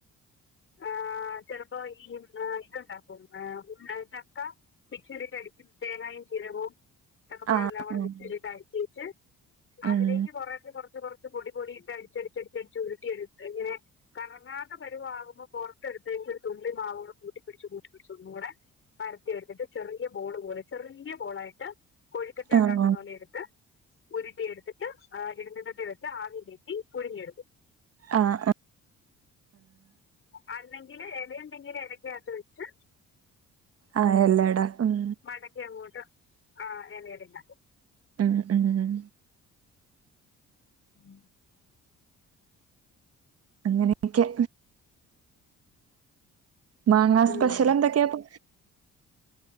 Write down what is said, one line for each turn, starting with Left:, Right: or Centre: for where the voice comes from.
Left: ആഹ് ചെലപ്പോ ഈ മ് ഇത്ണ്ടാക്കും ഏഹ് ചക്ക. മിക്സെലിട്ട് അടിക്കും തേങ്ങായും ജീരകവും. ചക്കപ്പഴൊല്ലാം
Right: ആഹ്
Left: കൂടെ
Right: ഉം
Left: മിക്സീലിട്ട് അടിച്ചേച്ച് അതിലേക്ക്
Right: ഉം
Left: കുറേശെ കൊറച്ച്, കൊറച്ച്. പൊടി പൊടിയിട്ട് അടിച്ചടിച്ച് അടിച്ചടിച്ച് ഉരുട്ടി എടുത്ത് ങ്ങനെ കറങ്ങാത്ത പരുവാകുമ്പോ. പൊറത്തെടുത്തേച്ച് ഒരു തുള്ളി മാവൂടെ കൂട്ടിപിട്ച്ച് കൂട്ടിപിട്ച്ച് ഒന്നൂടെ പരത്തി എട്ത്തിട്ട് ചെറിയ ബോള് പോലെ ചെറിയ ബോളായിട്ട് കൊഴ്ക്കട്ട
Right: ആഹ്
Left: ഉണ്ടാക്കുന്ന പോലെ എട്ത്ത് ഉരുട്ടി എട്ത്തിട്ട് ആഹ് ഇഡ്ലിചട്ടീ വെച്ച് ആവി കേറ്റി പുഴുങ്ങിയെടുക്കും.
Right: ആഹ് ആഹ്.
Left: അല്ലെങ്കില് എലയുണ്ടെങ്കില് എലെക്കകത്ത് വെച്ച്
Right: ആഹ് എല്ലടാ ഉം.
Left: മടക്കി അങ്ങോട്ട് ആ എലയടണ്ടക്ക.
Right: മ് മ് മ്.
Left: മ്.
Right: അങ്ങനെയൊക്കെ. മാങ്ങാ
Left: ഉം.
Right: സ്പെഷ്യൽ എന്തൊക്കെ അപ്പൊ?